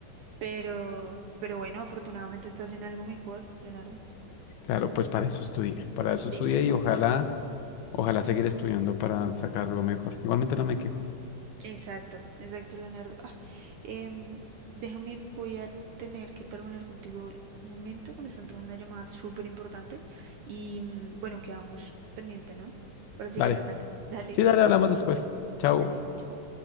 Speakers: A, on the right; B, on the left.
A: Pero, pero bueno, afortunadamente estás en algo mejor, Leonardo.
B: Claro, pues para eso estudié, para eso
A: Exacto,
B: estudié y ojalá, ojalá seguir estudiando para sacar algo mejor. Igualmente no me quejo.
A: exacto, exacto, Leonardo. Ah, em, déjame, voy a tener que terminar contigo un momento, que me están entrando una llamada súper importante. Y mm, bueno, quedamos pendiente, ¿no? Para seguir
B: Dale.
A: hablando. Dale,
B: Sí, dale, hablamos después. Chao.
A: dale, chao.